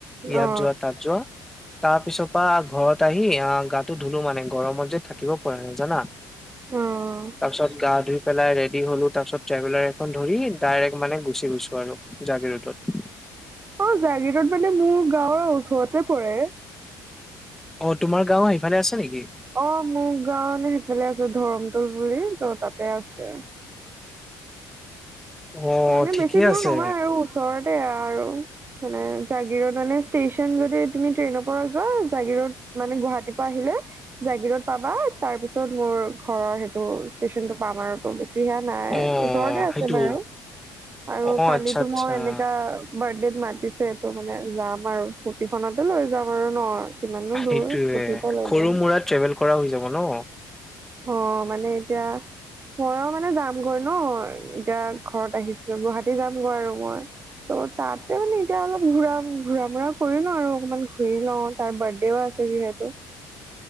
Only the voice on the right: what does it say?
অ
অঁ। <inaudible>
অঁ জাগিৰোড মানে মোৰ গাঁৱৰ ওচৰতে পৰে। <inaudible>
অঁ! মোৰ গাঁও মানে সেইফালে আছে। ধৰমটোল বুলি ত তাতে আছে। <inaudible>
মানে
বেছি দূৰ
নহয় আৰু ওচ <unintelligible> ওচৰতে আৰু মানে জাগিৰোড মানে ষ্টেচন যদি তুমি ট্ৰেইনৰ পৰা যোৱা <inaudible> জাগিৰোড মানে গুৱাহাটীৰ পৰা আহিলে <inaudible> জাগিৰোড পাবা তাৰ পিছত মোৰ ঘৰৰ সেইটো ষ্টেচনটো পাম আৰু <inaudible> <unintelligible> নাই
ওচৰতে আছে
বাৰু। আৰু
কালিতো
মই এনেকা <inaudible> বাৰ্থডেত মাতিছে ত মানে যাম আৰু স্কুটিখনকে লৈ যাম আৰু ন। <inaudible> কিমাননো
দূৰ স্কুটিৰ পৰা লৈ
যাম
অ মানে এতিয়া ময়ো মানে যাম গৈ ন এতিয়া ঘৰত আহিছিলো গুৱাহাটী যামগৈ আৰু মই ত' তাতে মানে এতিয়া অলপ ঘুৰা ঘূৰা মুৰা কৰি লওঁ আৰু অকমান ঘূৰি লওঁ তাৰ বাৰ্থডেও আছে যিহেতু